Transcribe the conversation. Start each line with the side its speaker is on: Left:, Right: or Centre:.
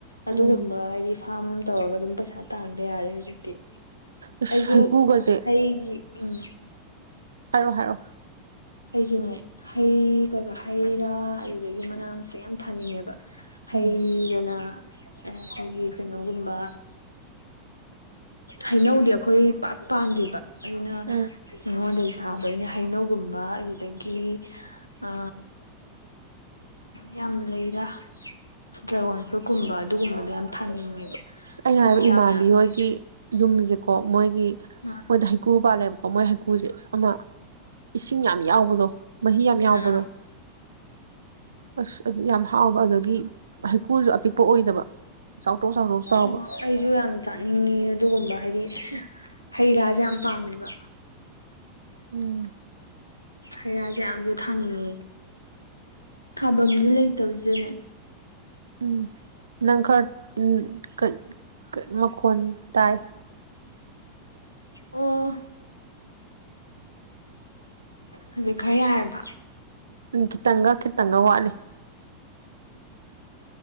Left: ꯑꯗꯨꯒꯨꯝꯕ
Right: ꯎꯝ
Left: ꯍꯥꯏꯗꯤ ꯐꯥꯝ ꯑꯃ ꯇꯧꯔꯒ ꯑꯗꯨꯝ ꯄꯩꯁꯥ ꯇꯥꯟꯕ ꯌꯥ ꯌꯥꯔꯦ ꯍꯧꯖꯤꯛꯇꯤ
Right: ꯑꯁ
Left: ꯑꯩꯁꯨ
Right: ꯍꯩꯀ꯭ꯔꯨꯒꯁꯦ
Left: ꯍꯌꯦꯡꯒꯤ ꯎꯝ
Right: ꯍꯥꯏꯔꯣ ꯍꯥꯏꯔꯣ
Left: ꯑꯩꯁꯤꯅꯦ ꯍꯩ ꯀꯒꯥ ꯍꯩ ꯔꯥ ꯑꯗꯨꯗꯒꯤ ꯃꯅꯥ ꯃꯁꯤꯡ ꯌꯥꯝ ꯊꯥꯅꯤꯡꯉꯦꯕ ꯍꯩꯗꯅ
Right: ꯎꯝ
Left: ꯑꯩꯒꯤ ꯀꯩꯅꯣꯒꯨꯝꯕ ꯍꯩꯅꯧꯗꯤ ꯑꯩꯈꯣꯏ ꯄꯥꯛ ꯄꯥꯟꯗꯦꯕ ꯑꯗꯨꯅ
Right: ꯎꯝ
Left: ꯑꯩꯉꯣꯟꯗꯒꯤ ꯁꯥꯕ ꯑꯩꯅ ꯍꯩꯅꯧꯒꯨꯝꯕ ꯝꯕ ꯑꯗꯨꯗꯒꯤ ꯑ ꯌꯥꯝ ꯂꯩꯔ ꯗ꯭ꯔꯥꯒꯣꯟ ꯐ꯭ꯔꯨꯏꯠꯀꯨꯝꯕ ꯑꯗꯨꯒꯨꯝꯕꯗꯣ ꯌꯥꯝ ꯊꯥꯅꯤꯡꯉꯦꯕ
Right: ꯑꯁ ꯑꯩꯅ ꯍꯥꯏꯕ
Left: ꯍꯩ ꯔꯥ
Right: ꯏꯃꯥꯟꯗꯤ
Left: ꯃꯌꯥꯝꯁꯦ
Right: ꯍꯣꯏꯒꯤ ꯌꯨꯝꯁꯦꯀꯣ ꯃꯣꯏꯒꯤ
Left: ꯑꯥ
Right: ꯃꯣꯏꯗ ꯍꯩꯀ꯭ꯔꯨ ꯄꯥꯜꯂꯦꯕ ꯀ ꯃꯣꯏ ꯍꯩꯀꯨꯁꯦ ꯑꯃ ꯏꯁꯤꯡ ꯌꯥꯝ ꯌꯥꯎꯕꯗꯣ ꯃꯍꯤ ꯌꯥꯝ ꯌꯥꯎꯕꯗꯣ
Left: ꯑꯥ ꯑꯥ
Right: ꯑꯁ ꯑꯗꯨ ꯌꯥꯝ ꯍꯥꯎꯕ ꯑꯗꯒꯤ ꯍꯩꯀ꯭ꯔꯨꯜꯁꯨ ꯑꯄꯤꯛꯄ ꯑꯣꯏꯗꯕ ꯆꯥꯎꯊꯣꯛ ꯆꯥꯎꯊꯣꯛ ꯆꯥꯎꯕ
Left: ꯑꯣ ꯑꯩꯁꯨ ꯌꯥꯝ ꯆꯥꯅꯤꯡꯉꯤ ꯑꯗꯨꯒꯨꯝꯕ ꯍꯥꯏꯗꯤ ꯍꯩ ꯔꯥꯁꯦ ꯌꯥꯝ ꯄꯥꯝꯃꯦꯕ
Right: ꯎꯝ
Left: ꯍꯩꯔꯥꯁꯦ ꯌꯥꯝꯁꯨ ꯊꯥꯅꯤꯡꯉꯦ ꯊꯥꯐꯝꯗꯤ ꯂꯩꯇꯕꯕꯁꯤꯗꯅꯦ
Right: ꯎꯝ ꯅꯪ ꯈꯔ ꯎꯝ ꯃꯈꯣꯟ ꯇꯥꯏ
Left: ꯑꯣ ꯍꯧꯖꯤꯛ ꯈꯔ ꯌꯥꯔꯕ
Right: ꯎꯝ ꯈꯤꯇꯪꯒ ꯈꯤꯇꯪꯒ ꯋꯥꯠꯂꯦ